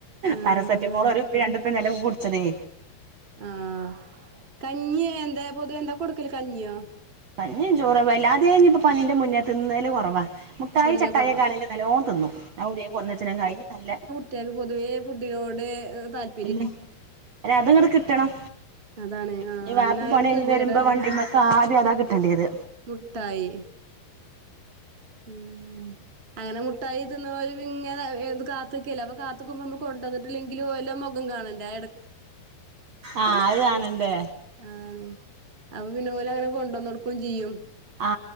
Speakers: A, on the right; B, on the right.
A: ആഹ്
B: പാരസെറ്റമോൾ ഒരു പ്പി രണ്ടുപ്പിന്നല്ല ഇന്നലെ കുടിച്ചതേ
A: ആഹ് കഞ്ഞി എന്തേ പൊതുവേ എന്താ കൊടുക്കല് കഞ്ഞിയോ
B: കഞ്ഞീം ചോറും വല്ലാതെ ഇനിപ്പോ പനീന്റെ മുന്നേ തിന്നല് കൊറവാ മുട്ടായി
A: പൊതുവേ
B: ചട്ടായി
A: കൊറവാ
B: ഒക്കെആണെങ്കി നല്ലോ തിന്നും അയിന് നല്ല
A: ട്ടിയാക്ക് പൊതുവേ ഫുഡിനോട് താല്
B: അല്ല അത്ങ്ങട് കിട്ടണം
A: അതാണ് ആഹ്
B: ഇഞ്ഞി
A: അങ്ങനെ
B: വാപ്പ
A: ആയാലും
B: പണി കയിഞ്
A: കെതിയേടാണ്
B: വരുമ്പോ വണ്ടിമ്മക്ക് ആദ്യം അതാ കിട്ടിയണ്ടേത്
A: മുട്ടായി ഉം അങ്ങനെ മുട്ടായി തിന്ന്ണോര് ഇങ്ങനെ കാത്ത്ക്കല്ലോ അപ്പൊ കാത്ത്ക്കുമ്പോ നമ്മ കൊണ്ടുന്നട്ട ങ്കിലും ഓലെ മുഖം കാണണ്ടെ
B: ആഹ് അത് കാണണ്ടേ
A: അതാണെ അപ്പൊ പിന്നെ ഓലങ്ങനെ കൊണ്ടന്നൊടുക്കും ചിയ്യും
B: ആ